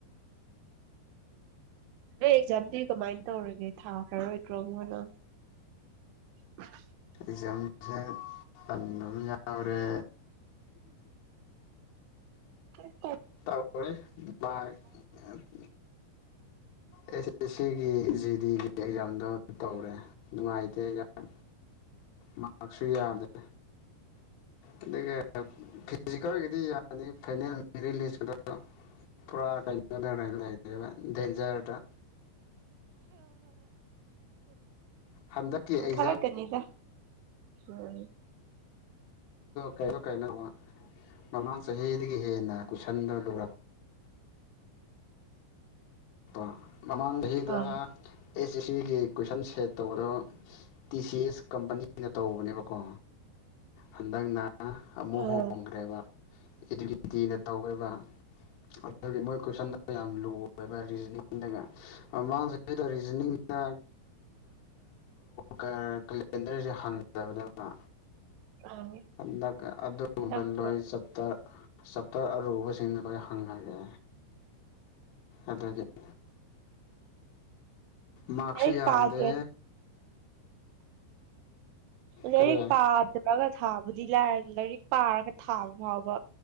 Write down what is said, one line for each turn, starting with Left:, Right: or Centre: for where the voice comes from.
Right: ꯅꫭꯏ ꯑꯦꯛꯖꯥꯝꯗꯤ ꯀꯝꯃꯥꯏ ꯇꯧꯔꯒꯦ ꯊꯥꯈ꯭ꯔ ꯔꯣꯏꯗ꯭ꯔꯣ ꯑꯃꯨꯛ ꯍꯟꯅ <unintelligible>
Left: ꯑꯦꯛ ꯖꯝꯁꯦ ꯇꯟꯗꯕ ꯌꯥꯎꯔꯦ
Right: ꯍꯥꯏ
Left: ꯇꯧꫪꯤ ꯃꯥꯛ ꯑ‌ꯦꯁ ꯑ‌ꯦꯁ ꯁꯤꯒꯤ ꯑꯩꯒꯤ ꯖꯤꯗꯤꯒꯤ ꯑꯦꯛꯖꯥꯝꯗꯣ ꯇꯧꯔꯦ ꯅꯨꯡꯉꯥꯏꯇꯦ ꯌꯥꯝ ꯃꯥꯔꯛꯁꯨ ꯌꯥꯗꯦ ꯑꯗꯨꯒ ꯐꯤꯖꯤꯀꯦꯜꯒꯤꯗꯤ ꯌꯥꯅꯤ ꯐꯥꯏꯅꯦꯜ ꯑꯗꯨ ꯄꯨꯔꯥ ꯀꯩꯅꯣꯗ ꯂꯩꯔꯦꯕ ꯗꯦꯟꯖꯔꯗ ꯍꯟꯗꯛꯀꯤ ꯑꯦꯛꯖꯥꯝꯗꯣ
Right: ꯑ ꯍꯥꯏꯅꯤꯗ ꯑ
Left: ꯀꯩꯗꯣ ꯀꯥꯏꯅ ꯋꯥ ꯃꯃꯥꯡ ꯆꯍꯤꯗꯒꯤ ꯍꯦꯟꯅ ꯀꯨꯏꯁꯟꯗ ꯑꯗꯨꯒ ꯂꯄꯥ ꯃꯃꯥꯡ ꯆꯍꯤꯗ
Right: ꯑꯥ
Left: ꯑꯦꯁ ꯁꯤꯒꯤ ꯀꯨꯣꯏꯁꯟ ꯁꯦꯠ ꯇꯧꯕꯗꯣ ꯇꯤ ꯁꯤ ꯑꯦꯁ ꯀꯝꯄꯅꯤꯅ ꯇꯧꯕꯅꯦꯕꯀꯣ ꯍꯟꯗꯛꯅ ꯑꯃꯨꯛ
Right: ꯑꯥ
Left: ꯍꯣꯡꯈ꯭ꯔꯦꯕꯤꯅ ꯇꯧꯋꯦꯕ ꯑꯗꯨꯒꯤ ꯃꯣꯏ ꯀꯣꯏꯁꯟꯗ ꯌꯥꯝ ꯂꯨ ꯑꯣꯏꯕ ꯔꯤꯖꯅꯤꯡꯗꯒ ꯃꯥꯡꯁꯤꯗꯩꯗ ꯔꯤꯖꯅꯤꯡꯗ ꯀꯦꯂꯦꯟꯗꯔꯁꯦ ꯍꯪꯗꯕꯗꯅ
Right: ꯑꯥ
Left: ꯗ ꯑꯗꯨꯨꯝꯕ
Right: ꯅꯪꯕꯨ
Left: ꯂꯣꯏ ꯆꯠꯇ ꯆꯞꯇꯔ ꯑꯔꯨꯕꯁꯤꯡꯗꯨ ꯂ ꯍꯪꯈꯒꯦ ꯑꯗꯨꯒꯤ <unintelligible> ꯃꯥꯔꯛꯁꯨ
Right: ꯂꯥꯏꯔꯤꯛ
Left: ꯌꯥꯝꯗꯦ
Right: ꯄꯥꯗꯦ ꯂꯥꯏꯔꯤꯛ
Left: ꯀꯔꯤ
Right: ꯄꯥꯗ꯭ꯔꯒ ꯊꯥꯕꯨꯗꯤ ꯂꯥꯏꯔ ꯂꯥꯏꯔꯤꯛ ꯄꯥꯔꯒ ꯊꯥꯕ ꯐꯥꯎꯕ